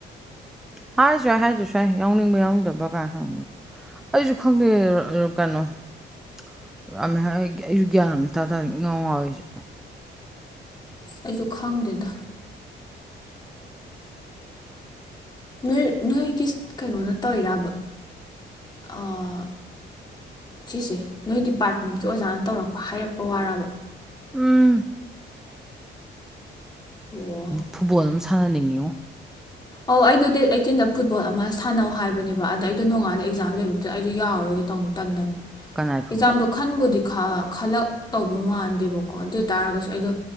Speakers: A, in the centre; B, on the left.
A: ꯍꯥꯏꯔ꯭ꯁꯨ ꯌꯥꯏ ꯍꯥꯏꯗꯔ꯭ꯁꯨ ꯌꯥꯏ ꯌꯥꯎꯅꯤꯡꯕ ꯌꯥꯎꯅꯤꯡꯗꯕꯗꯨ ꯀꯅꯥꯅ ꯈꯪꯕꯅꯣ ꯑꯩꯁꯨ ꯈꯪꯗꯦ ꯀꯩꯅꯣ <unintelligible> ꯑꯩꯖꯨ ꯒ꯭ꯌꯥꯟꯑꯃ ꯏꯇꯥ ꯇꯥꯗꯦ ꯏꯉꯥꯎ ꯉꯥꯎꯋꯤ ꯑꯩꯖꯨ
B: ꯑꯁ ꯑꯩꯖꯄ ꯈꯪꯗꯦꯗ ꯅꯣꯏ ꯅꯣꯏꯒꯤ ꯀꯩꯅꯣꯅ ꯇꯧꯔꯕ ꯑꯥ ꯁꯤꯁꯦ ꯅꯣꯏ ꯗꯤꯄꯥꯔꯠꯃꯦꯟꯀꯤ ꯑꯣꯖꯥꯅ ꯇꯧꯔꯛꯄ ꯍꯥꯏꯔꯛꯄ ꯋꯥꯔꯕ
A: ꯎꯝ
B: ꯑꯣ
A: ꯐꯨꯠꯕꯣꯜ ꯑꯃ ꯁꯥꯟꯅꯅꯤꯡꯏꯉꯣ
B: ꯑꯣ ꯑꯩꯗꯣ ꯗꯦꯠ ꯑꯩꯇꯤꯟꯗ ꯐꯨꯠꯕꯣꯜ ꯑꯃ ꯁꯥꯟꯅꯧ ꯍꯥꯏꯕꯅꯦꯕ ꯑꯗ ꯑꯩꯗꯣ ꯅꯣꯡꯉꯥꯂ ꯑꯦꯛꯖꯥꯝ ꯂꯩꯕꯗꯨꯗ ꯑꯩꯗꯣ ꯌꯥꯎꯔꯒꯦ ꯇꯧꯕꯅꯦ ꯇꯟꯗꯅ
A: ꯀꯅꯥꯏ ꯐꯨꯠꯕꯣꯜ
B: ꯑꯦꯛꯖꯥꯝꯗꯣ ꯈꯟꯕꯨꯗꯤ ꯈꯜꯂꯛ ꯇꯧꯕ ꯃꯥꯟꯗꯦꯕꯀꯣ ꯑꯗꯨ ꯑꯣꯏ ꯇꯥꯔꯒꯁꯨ ꯑꯩꯗꯣ